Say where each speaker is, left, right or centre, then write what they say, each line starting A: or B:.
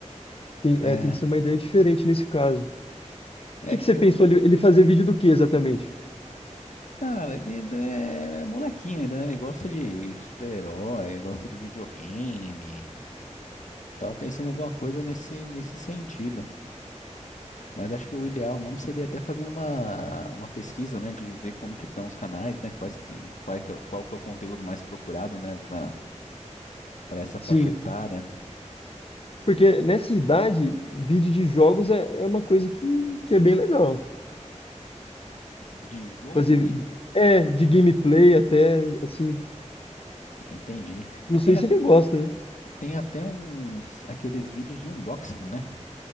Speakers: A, on the left; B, on the left.
A: Tem, é,
B: É,
A: tem que ser uma ideia diferente nesse caso.
B: é,
A: que que você
B: eu,
A: pensou ele, ele fazer vídeo do que exatamente?
B: cara, ele é, é molequinho ainda, né? Ele gosta de super-herói, gosta de videogame. Tava pensando em alguma coisa nesse, nesse sentido. Mas acho que o ideal mesmo seria até fazer uma, uma pesquisa, né, de ver como que estão os canais, né, quais que, qual que é, o- qual que é o conteúdo mais procurado, né, para para essa faixa
A: Sim,
B: etária
A: porque nessa idade, vídeo de jogos é, é uma coisa que, que é bem legal.
B: de jogo
A: Fazer
B: e
A: de- é de gameplay até assim,
B: entendi.
A: não
B: E tem,
A: sei se
B: a-
A: ele gosta, né?
B: tem até uns aqueles vídeos de unboxing, né?